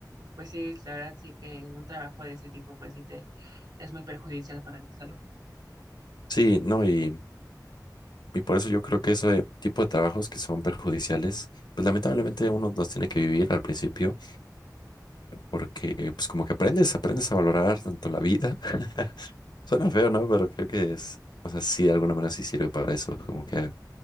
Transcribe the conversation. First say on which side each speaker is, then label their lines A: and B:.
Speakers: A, on the right; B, on the left.
A: pues sí, la verdad sí que un trabajo de ese tipo, pues sí te es muy perjudicial para la salud.
B: sí, no, y, y por eso yo creo que ese tipo de trabajos que son perjudiciales, pues lamentablemente uno los tiene que vivir al principio porque pues como que aprendes, aprendes a valorar tanto la vida. <laughs> Suena feo, ¿no? Pero creo que es, o sea, sí, de alguna manera sí sirve para eso, como que